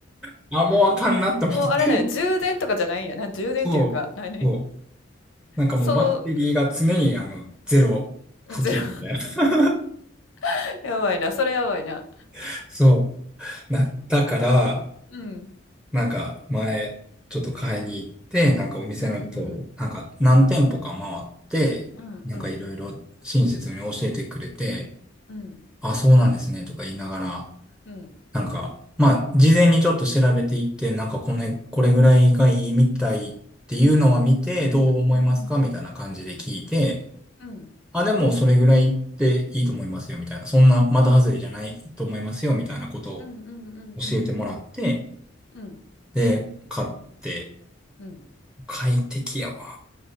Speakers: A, in the centre; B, on the left.
A: <laughs> あ、もうあかんなと思って、
B: うもうあれだよ充電とかじゃないんやな充電っていうか何
A: そう、そう。なんかもうバッテリーが常にあの、
B: その
A: ゼロ付近みたいな。
B: <laughs> うんゼロ、<laughs> やばいな、それやばいな。
A: <laughs> そう、なったから、
B: うん。
A: なんか前、ちょっと買いに行って、なんかお店の人、
B: うん、うん、
A: なんか何店舗か回って、
B: うん、うん、うん、
A: なんかいろいろ親切に教えてくれて、
B: うん、うん、
A: あ、そうなんですね、とか言いながら、
B: うん、
A: なんか、まあ、事前にちょっと調べていって、なんかこれ、これぐらいがいいみたいっていうのは見て、
B: うん、
A: どう思いますかみたいな感じで聞いて、
B: うん、うん、うん、
A: あ、でもそれぐらいでいいと思いますよ、みたいな。そんな、また外れじゃないと思いますよ、みたいなことを
B: うん、うん、
A: 教えてもらって、
B: うん、うん、
A: で、買って、
B: うん。
A: 快適やわ。